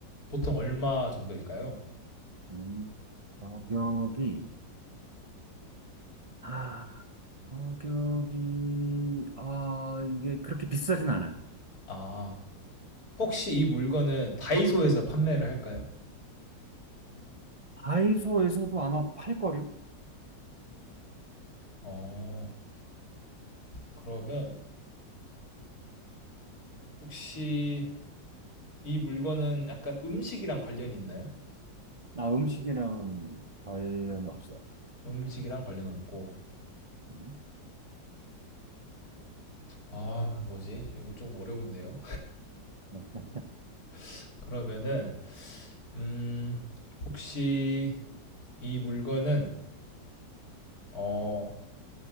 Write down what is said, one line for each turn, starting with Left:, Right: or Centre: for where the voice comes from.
Left: 보통 얼마 정도일까요?
Right: 음, 가격이 아, 가격이, 아, 이게 그렇게 비싸진 않아요.
Left: 아, 혹시 이 물건은 다이소에서 판매를 할까요?
Right: 다이소에서도 아마 팔걸요?
Left: 어, 그러면 혹시 이 물건은 약간 음식이랑 관련이 있나요?
Right: 나 음식이랑 관련이 없어요.
Left: 음식이랑 관련 없고.
Right: 음,
Left: 아, 뭐지? 이거 조금 어려운데요.
Right: 네,
Left: <laughs> 그러면은 음, 혹시 이 물건은 어,